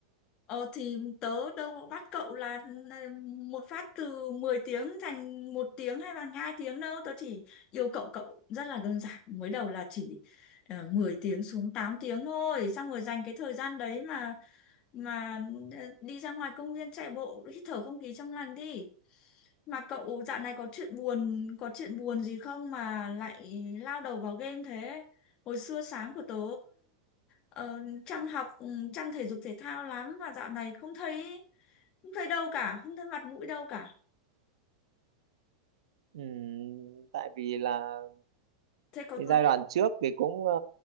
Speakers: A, on the left; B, on the right.
A: Ờ thì tớ đâu có bắt cậu là là một phát từ 10 tiếng thành một tiếng hay là 2 tiếng đâu. Tớ chỉ yêu cậu cậu rất là đơn giản. Mới đầu là chỉ ờ, 10 tiếng xuống 8 tiếng thôi. Xong rồi dành cái thời gian đấy mà mà ờ, đi ra ngoài công viên chạy bộ hít thở không khí trong lành đi. Mà cậu dạo này có chuyện buồn, có chuyện buồn gì không mà lại lao đầu vào game thế? Hồi xưa sáng của tớ Ờ, Trang học ừ, Trang thể dục thể thao lắm mà dạo này không thấy không thấy đâu cả không thấy mặt mũi đâu cả
B: Ừm, tại vì là
A: thế có
B: cái
A: vấn
B: giai đoạn trước thì cũng ờ,